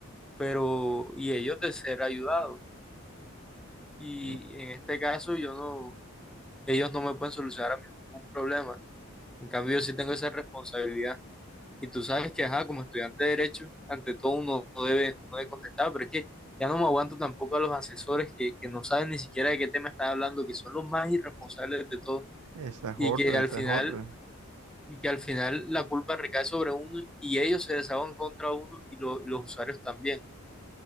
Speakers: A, in the centre; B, on the right.
A: pero y ellos de ser ayudados. Y
B: Mm,
A: en este caso yo no, ellos no me pueden solucionar a mí ningún problema. En cambio yo sí tengo esa responsabilidad. Y tú sabes que, ajá, como estudiante de derecho, ante todo uno no debe, uno debe contestar, pero es que ya no me aguanto tampoco a los asesores que, que no saben ni siquiera de qué tema están hablando, que son los más irresponsables de todo
B: Esa es
A: y
B: otra,
A: que al
B: esa
A: final
B: es otra.
A: y que al final la culpa recae sobre uno y ellos se desahogan contra uno y, lo- y los usuarios también.